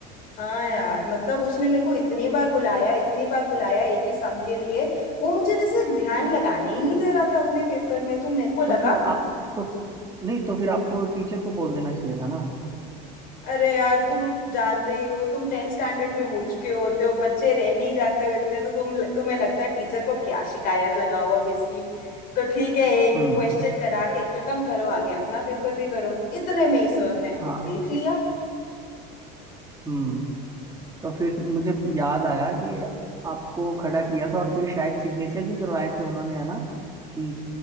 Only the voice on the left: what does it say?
हाँ यार मतलब उसने मेरे को इतनी बार बुलाया इतनी बार बुलाया एक ही सम के लिए वो मुझे जैसे ध्यान लगाने ही नहीं दे रहा था अपने पेपर में तो मेरे को लगा
अरे यार तुम जानते ही हो तुम टेंथ स्टैंडर्ड में हो चुके होते हो बच्चे रह नहीं जाते हो इतने तो तुम तुम्हें लगता है टीचर को क्या शिकायत लगाओ अब इसकी तो ठीक है एक
क्वेश्चन करा के खत्म करो आगे अपना पेपर भी करो इतने में ही सर ने हमें
देख लिया